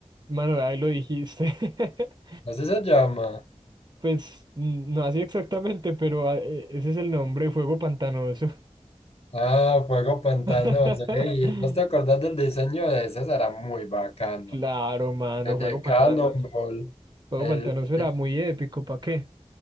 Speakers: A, on the right (about 40°); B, on the left (about 60°).
A: Mano, ahí lo dijiste. <laughs>
B: Así se llama.
A: Pues mm, no así exactamente, pero ah, eh, ese es el nombre, fuego pantanoso.
B: Ah, fuego pantano.
A: <laughs>
B: Sí, ¿no te acordás del diseño de ese? Ese Era muy bacano.
A: Claro, mano,
B: El
A: fuego
B: de
A: pantanoso.
B: Cannonball.
A: Fuego
B: El
A: pantanoso
B: de-
A: era muy épico, ¿para qué?